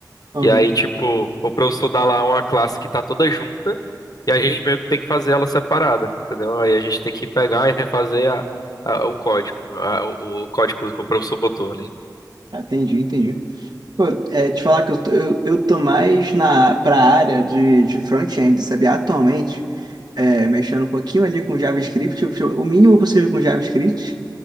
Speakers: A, on the right; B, on the left.
A: Aham.
B: E aí, tipo, o professor dá lá uma classe que tá toda junta e a gente meio que tem que fazer ela separada, entendeu? Aí a gente tem que pegar e refazer a, a- o código, a- o, o código que o professor botou ali.
A: Entendi, entendi. Pô, é, te falar que eu tô, eu, eu tô mais na, pra área de, de front-end, sabe? Atualmente, é, mexendo um pouquinho ali com JavaScript, o o mínimo possível com JavaScript,